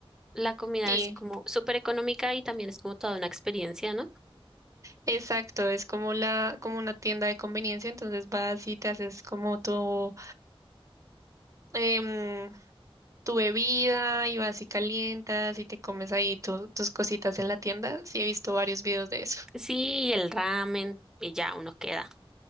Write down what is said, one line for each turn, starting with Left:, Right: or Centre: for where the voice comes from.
Centre: la comida
Right: Sí,
Centre: es como súper económica y también es como toda una experiencia, ¿no?
Right: Exacto, es como la, como una tienda de conveniencia, entonces vas y te haces como tu, em, tu bebida y vas y calientas y te comes ahí tu- tus cositas en la tienda. Sí, he visto varios videos de eso.
Centre: Sí, y el ramen y ya uno queda.